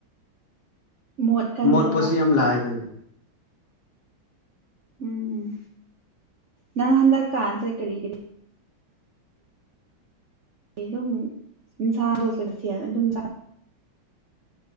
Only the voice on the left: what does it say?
ꯃꯣꯠꯄꯁꯨ ꯌꯥꯝ ꯂꯥꯏꯕꯅꯤ